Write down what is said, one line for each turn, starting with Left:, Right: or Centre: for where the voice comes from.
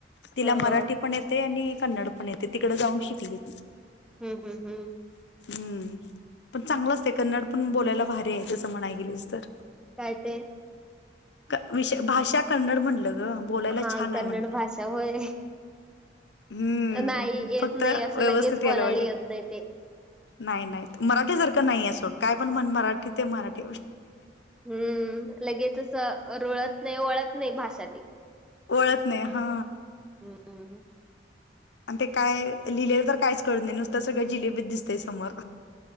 Left: तिला
Centre: हा
Left: मराठी
Centre: हा
Left: पण येते आणि कन्नड पण येते तिकड जाऊन शिकली ती.
Centre: हूं हूं हूं!
Left: हूं पण चांगलं असतंय कन्नड पण बोलायला भारी आहे जसं म्हणाय गेलीस तर.
Centre: काय ते?
Left: क विषय भाषा कन्नड म्हनलं ग. बोलायला
Centre: हा
Left: छान
Centre: कन्नड
Left: आहे म्हटलं
Centre: भाषा होय.
Left: हम्म.
Centre: नाही येत
Left: फक्त
Centre: नाही, असं
Left: व्यवस्थित
Centre: लगेच बोलायला
Left: यायला पाहिजेत.
Centre: येत नाही ते.
Left: नाही, नाहीत मराठी सारखं नाहीये सोड काय पण म्हण मराठी ते मराठी.
Centre: हूं लगेचच रुळत नाही, वळत नाही भाषा ती.
Left: वळत नाही हा.
Centre: <inaudible>
Left: आणि ते काय लिहिलेलं तर कायच कळत नाही, नुसतं सगळं जिलेबी दिसतय समोर.